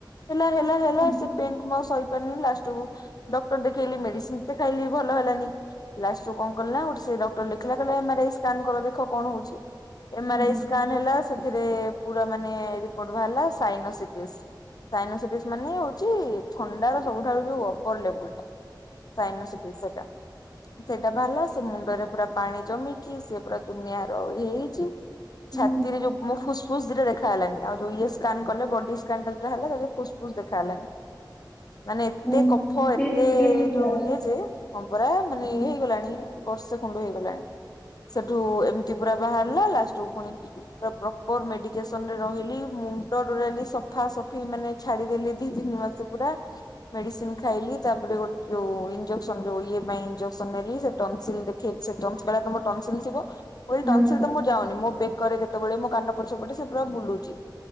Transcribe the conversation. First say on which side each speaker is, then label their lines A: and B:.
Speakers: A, on the left; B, on the left.
A: ହେଲା ହେଲା ହେଲା
B: ହୁଁ
A: ସେ ପେନ୍ କୁ ମୁଁ ଆଉ ସହି ଲାଷ୍ଟ କୁ ଡକ୍ଟର ଦେଖେଇଲି ମେଡିସିନ ଯେତେ ଖାଇଲି ଭଲ ହେଲାନି। ଲାଷ୍ଟୁ କଣ କଲି ନା ଗୋଟେ ସେ ଡକ୍ଟର ଲେଖିଲା କହିଲା ଏମ୍ ରାଇ ସ୍କାନ କର ଦେଖ କଣ ହଉଛି। ଏମ ଆର
B: ହୁଁ
A: ଆଇ ସ୍କାନ ହେଲା ସେଥିରେ ପୁରା ମାନେ ରିପୋଟ ବାହାରିଲା ସାଇନୋ ସିଟିସ। ସାଇନୋସିଟିସ୍ ମାନେ ହଉଚି ଥଣ୍ଡା ର ସବୁଠାରୁ ଯୋଉ ଅପର ଲେବୁଲ ଟା ସାଇନସିଟିସ୍ ସେଇଟା। ସେଇଟା ବାଲା ସେ ମୁଣ୍ଡରେ ପୁରା ପାଣି ଜମିକି ସେ ପୁରା ଦୁନିଆ ର ଇଏ ହେଇକି
B: ହୁଁ
A: ଛାତିରେ ଯୋଉ ମୋ ଫୁସ୍ ଫୁସ ଦିଟା ଦେଖା ଗଲାଣି ଆଉ ଇଏ ସ୍କାନ କଲେ ବଡି ସ୍କାନ ହେଲେ ଫୁସ୍ ଫୁସ୍ ଦେଖା ଗଲାନି। ମାନେ ଏତେ
B: ହୁଁ
A: କଫ ଏତେ
B: ସିରିଏସ ପୁରା।
A: ଯୋଉ ଇଏ ଯେ ହ ପରା ମାନେ
B: ହୁଁ
A: ହେଲାଣି ବର୍ଷେ ଖୁଣ୍ଡ ହେଇଗଲାଣି ସେଠୁ ଏମିତି ପୁରା ବାହାରିଲା ଲାଷ୍ଟକୁ ପୁଣି ପ୍ରପର ମେଡିକେସନରେ ରହିଲି ମୁଣ୍ଡ ତୋଟାଲି ସଫାସଫି ମାନେ ଛାଡିଦଲି ଦି ତିନି ମାସ। ପୁରା ମେଡିସିନ ଖାଇଲି ତାପରେ ଗୋଟେ ଯୋଉ ଇଞଜେକ୍ସନ ଯୋଉ ଇଏ ପାଇଁ ଏଞ୍ଜେସନ ନେଲି ସେ ଟନସିଲ୍ ଦେଖେଇ ସେ ତମ ଟନସିଲ ଥିବ ଟନସିଲ୍ କେବେ ମୁଁକହିଲେ ସେ
B: ହୁଁ
A: ଟନସିଲ ଯାଉନି ମୋ ବେକରେ କେତେବେଳେ ମୋ କାନ ପଛପଟେ ସେ ପୁରା ବୁଲୁଛି।